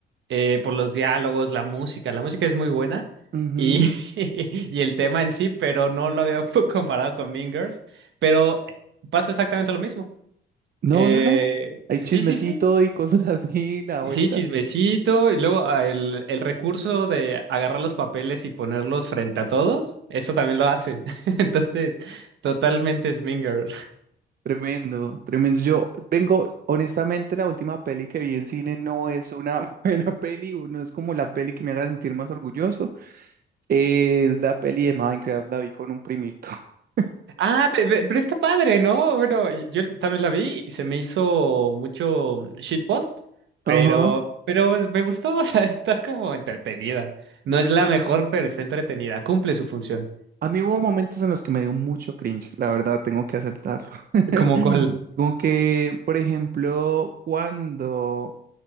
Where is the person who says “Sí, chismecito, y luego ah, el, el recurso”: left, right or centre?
Right